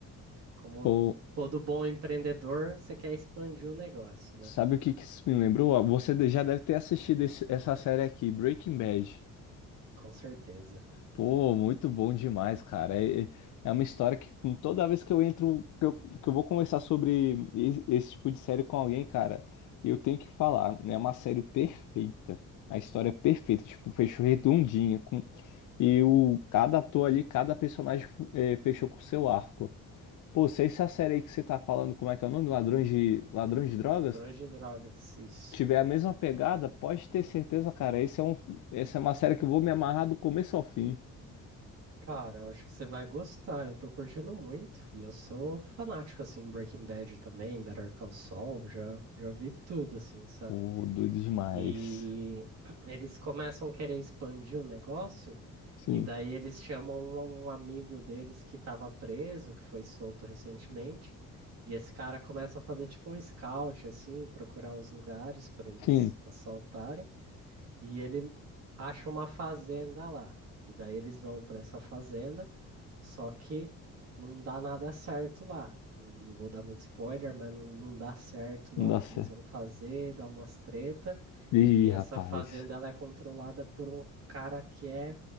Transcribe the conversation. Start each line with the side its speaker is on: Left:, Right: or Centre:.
Right: Como
Left: Pô.
Right: todo bom empreendedor, você quer expandir o negócio, né?
Left: Sabe o que que isso me lembrou? Ah, Você de- já deve ter assistido esse- essa série aqui, Breaking Bad.
Right: Com certeza.
Left: Pô, muito bom demais, cara. É, é é uma história que com- toda vez que eu entro, que eu, que eu vou conversar sobre e- esse, tipo de série com alguém, cara, eu tenho que falar. né? É uma série perfeita. A história é perfeita, tipo, fechou redondinha. Com, e o, cada ator ali, cada personagem eh, fechou com o seu arco. Pô, se essa série aí que você tá falando, como é que é o nome? Ladrões de, Ladrões de Drogas?
Right: Ladrões de drogas, isso.
Left: tiver a mesma pegada, pode ter certeza, cara. Esse é um, essa é uma série que eu vou me amarrar do começo ao fim.
Right: Cara, eu acho que você vai gostar. Eu tô curtindo muito e eu sou fanático assim em Breaking Bad também, Better Call Saul, já já vi tudo assim, sabe?
Left: Pô, doido demais.
Right: E <clears throat> eles começam a querer expandir o negócio
Left: Sim,
Right: e daí eles chamam um um amigo deles que estava preso, que foi solto recentemente, e esse cara começa a fazer tipo um scout assim, procurar uns lugares para eles
Left: sim.
Right: assaltarem, e ele acha uma fazenda lá. E daí eles vão para essa fazenda só que não dá nada certo lá. Não não vou dar muito spoiler, mas não, não dá certo lá
Left: Nossa.
Right: o que eles vão fazer, dá umas treta.
Left: Ih,
Right: E essa
Left: rapaz.
Right: fazenda ela é controlada por um cara que é